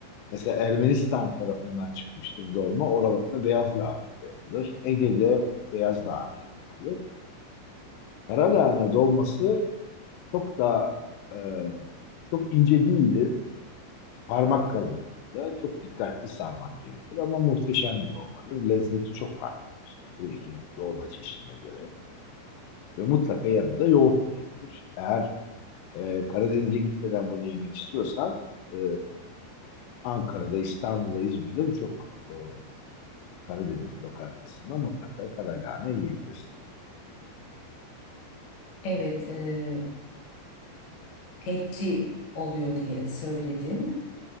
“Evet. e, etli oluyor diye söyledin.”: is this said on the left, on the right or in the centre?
Left